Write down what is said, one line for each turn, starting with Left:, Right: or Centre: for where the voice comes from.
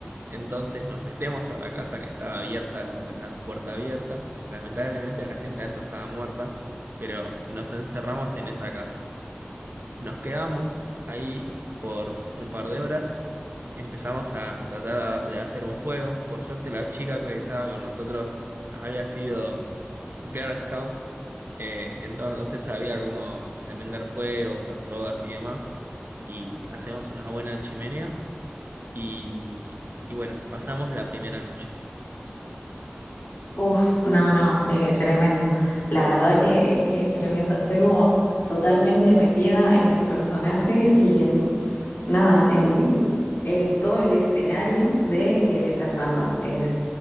Right: Entonces nos metemos a la casa que estaba abierta, la, la puerta abierta. Lamentablemente la gente adentro estaba muerta, pero nos encerramos en esa casa. Nos quedamos ahí por un par de horas Empezamos a tratar de hacer un fuego. Por suerte la chica que estaba con nosotros había sido Girl Scout, eh, entonces sabía cómo prender fuego, usar sogas y demás. Y hacemos una buena chimenea y, y bueno, pasamos la primera noche.
Left: Uf, no, no, eh, tremendo. La verdad que, que es tremendo. Estoy como totalmente metida en el personaje y en nada, en, en todo el escenario de El Eternauta. Es,